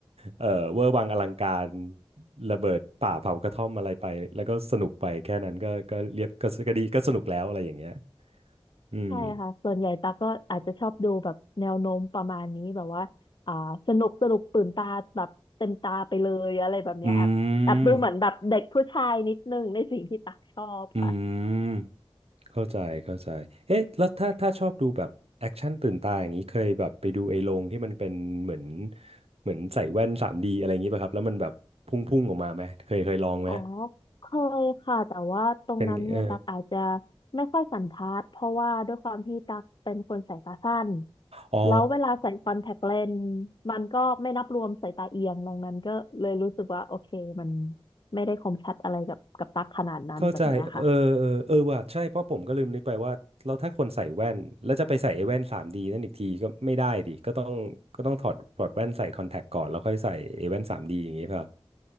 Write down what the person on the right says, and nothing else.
เออเวอร์วังอลังการระเบิดป่าเผากระท่อมอะไรไปแล้วก็สนุกไปแค่นั้นก็ก็เรียบก็ก็ดีก็สนุกแล้วอะไรอย่างเงี้ยอืม
อืมอืมเข้าใจเข้าใจเอ๊ะแล้วถ้าถ้าชอบดูแบบแอคชั่นตื่นตาอย่างนี้เคยแบบไปดูไอ้โรงที่มันเป็นเหมือนเหมือนใส่แว่นสามด d อะไรอย่างนี้ป่ะครับแล้วมันแบบพุ่งๆออกมาไหมเคยเคยลองไหม
เป็นเออ
อ๋อ
เข้าใจเออเออเออว่ะใช่เพราะผมก็ลืมนึกไปว่าแล้วถ้าคนใส่แว่นแล้วจะไปใส่ไอ้แว่น 3D นั่นอีกทีก็ไม่ได้ดิก็ต้องก็ต้องถอดถอดแว่นใส่คอนแทคก่อนแล้วค่อยใส่ไอ้แว่นสามดีอย่างงี้ป่ะครับ